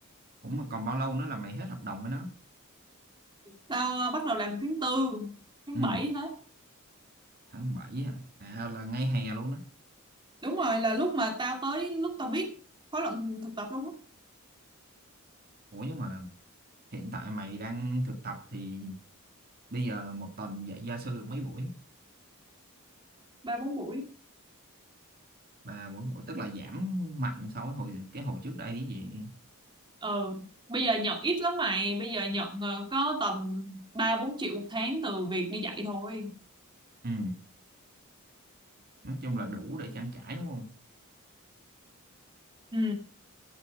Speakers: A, on the right; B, on the right.
A: cũng mà còn bao lâu nữa là mày hết hợp đồng với nó
B: Tao ờ, bắt đầu làm tháng tư tháng
A: ừ,
B: 7 hết.
A: tháng 7 hả à, là ngay hè luôn á
B: Đúng rồi, là lúc mà tao tới lúc tao biết khóa luận thực tập luôn á,
A: ủa nhưng mà hiện tại mày đang thực tập thì bây giờ một tuần dạy gia sư được mấy buổi
B: ba bốn buổi.
A: và buổi, buổi tức là giảm mạnh so với hồi cái hồi trước đây cái gì
B: Ờ, bây giờ nhận ít lắm mày, bây giờ nhận ờ, có tầm 3 4 triệu một tháng từ việc đi dạy thôi.
A: ừ, nói chung là đủ để trang trải đúng không
B: Ừ.